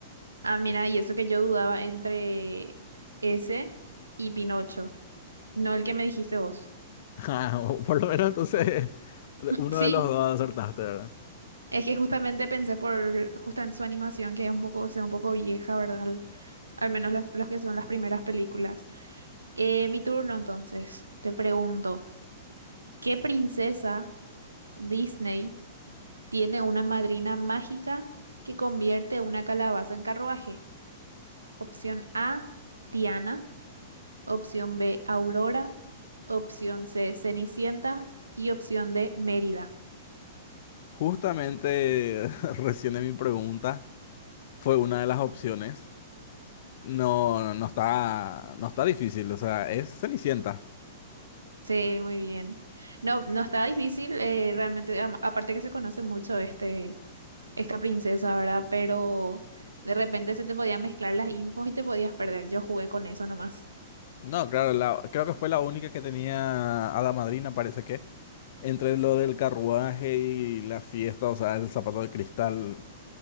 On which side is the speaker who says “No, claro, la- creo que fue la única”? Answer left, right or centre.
Left